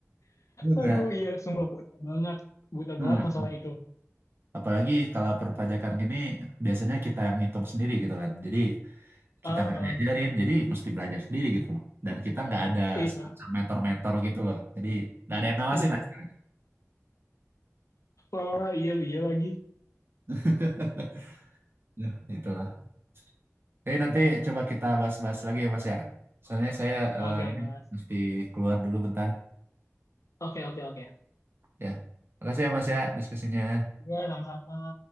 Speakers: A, on the right (about 45°); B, on the left (about 75°).
A: Betul,
B: aduh iya sumpah buta banget buta
A: Kak.
B: banget masalah itu
A: Apalagi kalau perpajakan gini biasanya kita yang ngitung sendiri gitu kan. Jadi
B: ah
A: kita nggak diajarin, jadi mesti belajar sendiri gitu loh. Dan kita nggak ada
B: iya
A: semacam mentor-mentor gitu loh. Jadi nggak ada yang ngawasin
B: iya
A: lah. istilahnya.
B: oh iya iya lagi
A: <laughs> Ya, itulah. Jadi nanti coba kita bahas-bahas lagi ya Mas ya. Soalnya saya eh,
B: oke
A: ini
B: Mas
A: mesti keluar dulu bentar
B: oke oke oke
A: ya. Makasih ya Mas ya diskusinya.
B: iya sama-sama